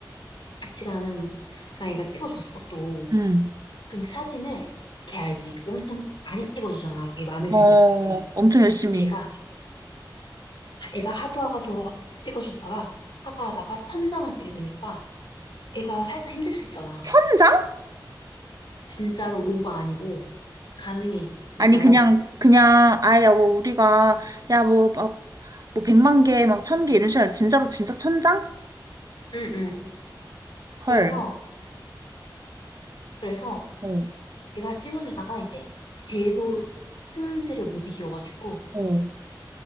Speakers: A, on the left; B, on the right.
A: 같이 가는 그랑이가 찍어줬어, 또.
B: 응.
A: 근데 사진을 걔 알지? 엄청 많이 찍어주잖아. 걔 마음에
B: 어,
A: 들 때까지.
B: 엄청 열심히.
A: 근데 걔가, 애가 하도 하도 찍어주다가, 하다 하다가 천장을 찍게 되니까 애가 살짝 힘들 수 있잖아.
B: 한 장?
A: 진짜로 오바 아니고, 가능해, 진짜로.
B: 아니, 그냥, 그냥, 아야, 뭐, 우리가, 야, 뭐, 막, 뭐, 백만 개, 막, 천 개 이런 식으로, 아니라 진짜로, 진짜 천장
A: 응, 응. 그래서,
B: 헐.
A: 그래서
B: 어,
A: 얘가 찍어주다가 이제 걔도 승질을 못 이겨가지고,
B: 어.